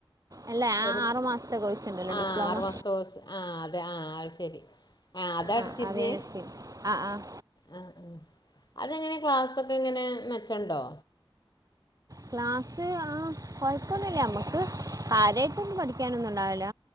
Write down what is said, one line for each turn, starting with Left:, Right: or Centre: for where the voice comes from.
Right: അല്ല ആ
Left: ഒരു
Right: ആറ് മാസത്തെ കോഴ്സ് ഉണ്ടല്ലോ
Left: ആഹ്
Right: ഡിപ്ലോമ
Left: ആറ് മാസത്തെ കോഴ്സ് ആഹ് അതെ ആഹ് അത് ശരി അതാ
Right: ആഹ്
Left: എടുത്തിരുന്നേ
Right: അതേനത്തി ആഹ് ആഹ്
Left: ആഹ് ആഹ് അതെങ്ങനെ ക്ലാസ്സൊക്കെ എങ്ങനെ മെച്ചണ്ടോ
Right: ക്ലാസ്സ് ആഹ് കുഴപ്പമൊന്നുല്ല നമ്മക്ക് കാര്യായിട്ടൊന്നും പഠിക്കാനൊന്നും ഉണ്ടാവില്ല